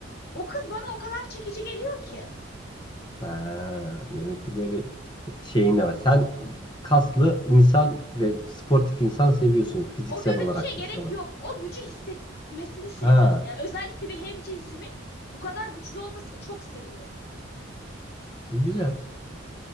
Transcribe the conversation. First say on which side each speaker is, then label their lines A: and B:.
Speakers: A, on the left; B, on the left.
A: O kız bana o kadar çekici geliyor ki.
B: ha, demek ki böyle şeyin de var. Sen kaslı insan ve sportif insan seviyorsun fiziksel
A: o görüntüye
B: olarak da şey
A: gerek
B: olarak.
A: yok. O gücü hissetmesini seviyorum.
B: Ha,
A: Yani özellikle bir hemcinsimin bu kadar güçlü olmasını çok seviyorum.
B: güzel.